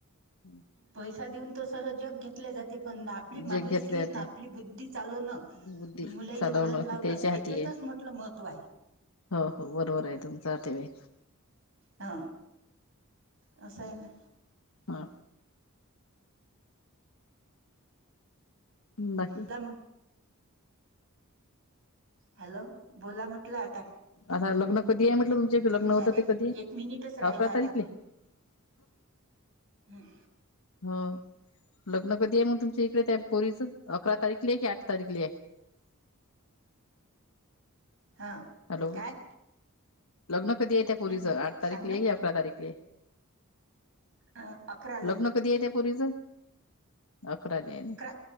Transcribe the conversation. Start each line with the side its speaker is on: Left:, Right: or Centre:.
Left: हम्.
Right: पैसा देऊन तर सर जग घेतले जाते पण आपली
Left: जे
Right: माणूस
Left: घेतले
Right: कीन
Left: ते
Right: आपली बुद्धी चालव ना
Left: बुद्धी
Right: मुलाईला
Left: चालवणं
Right: वळण
Left: हे
Right: लावणं
Left: त्याच्या
Right: येथेतच
Left: हाती आहे.
Right: म्हटलं महत्व आहे
Left: हो हो बरोबर आहे तुमचा आ ट व
Right: हा रसईन
Left: हा बाकी
Right: तमु हॅलो बोला म्हटलं आता
Left: आता लग्न कधी आहे म्हटलं तुमचे लग्न
Right: झाले
Left: होतं ते कधी आहे
Right: एक मिनिटच राहिला
Left: अकरा
Right: आता
Left: तारीखले ह
Right: हम
Left: हा लग्न कधी आहे मग तुमच्या इकडे त्या पोरीच अकरा तारीख ल आहे की आठ तारीख ल आहे <unintelligible>
Right: हा
Left: हॅलो
Right: काय
Left: लग्न कधी आहे त्या परीच
Right: हम्म
Left: आठ
Right: सांग
Left: तारीख ल
Right: ना
Left: कि अकरा तारीख ल आहे.
Right: अ, अकराला
Left: लग्न कधी आहे त्या पोरीचं तक्र आली आहे
Right: अकरा